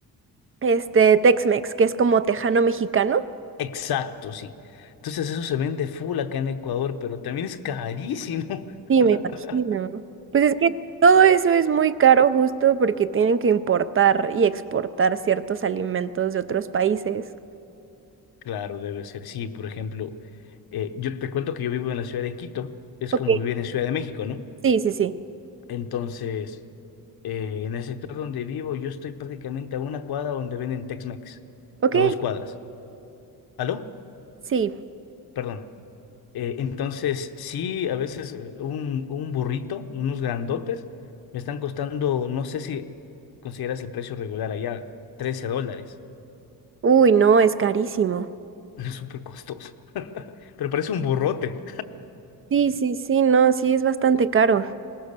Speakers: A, on the right; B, on the left.
A: este Tex-Mex, que es como tejano mexicano.
B: Exacto, sí. Entonces eso se vende full acá en Ecuador, pero también es carísimo.
A: Sí,
B: <laughs>
A: me imagino. Pues es que todo eso es muy caro justo porque tienen que importar y exportar ciertos alimentos de otros países.
B: Claro, debe ser, sí. Por ejemplo, eh, yo te cuento que yo vivo en la ciudad de Quito, es
A: Ok,
B: como vivir en Ciudad de México, ¿no?
A: sí, sí, sí.
B: Entonces, eh, en el sector donde vivo, yo estoy prácticamente a una cuadra donde venden Tex-Mex,
A: Ok,
B: a dos cuadras. ¿Aló?
A: sí.
B: Perdona. Eh, entonces, sí, a veces eh, un, un burrito, unos grandotes, me están costando, no sé si consideras el precio regular allá, 13 dólares. <laughs>
A: Uy, no, es carísimo.
B: Es súper costoso, <laughs> pero parece un burrote.
A: Sí, sí, sí, no, sí es bastante caro.